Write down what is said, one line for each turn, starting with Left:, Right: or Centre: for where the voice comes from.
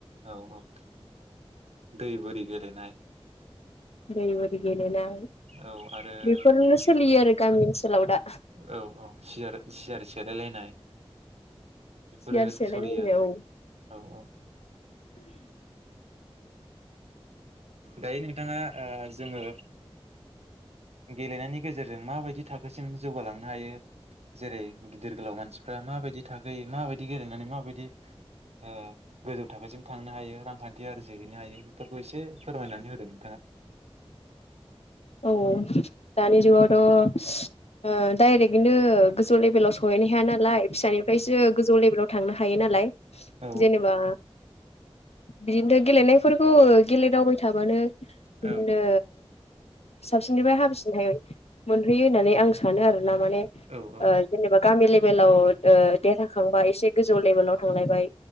Right: औ औ दै बोरि गेलेनाय
Left: दै बोरि गेलेनाय
Right: औ आरो
Left: बेफोरनो
Right: मोनसे
Left: सोलियो
Right: दङ
Left: आरो गामि ओनसोलाव दा
Right: औ औ सियार सियार सेलायलायनाय बेफोरो
Left: सियार सेलायलायनाय
Right: सोलियो आरो
Left: औ
Right: औ औ दायो नोंथाङा ओ जोङो गेलेनायनि गेजेरजों माबायदि थाखोसिम जौगालांनो हायो। जेरै गिदिर गोलाव मानसिफ्रा माबायदि थाखोयै माबायदि गेलेनानै माबायदि ओ गोजौ थाखोसिम थांनो हायो रांखान्थि आरजिहैनो हायो बेफोर बो एसे फोरमायनानै होदों नोंथाङा।
Left: औ औ दानि जुगावथ ओ डाइरेक्टनो गोजौ लेभेलाव सहैनो हाया नालाय फिसानिफ्रायसो गोजौ लेभेलाव थांनो हायो नालाय
Right: औ
Left: जेनेबा बिदिनो गेलेनायफोरखौ गेलदावबाय थाबानो बिदिनो
Right: औ
Left: साबसिननिफाय हाबिसिनहाय मोनहैयो। होननानै आं सानो आरो नामाने
Right: औ
Left: ओ जेनेबा गामि लेभेलाव ओ देरहाखांबा एसे गोजौ लेभेलाव थांलायबाय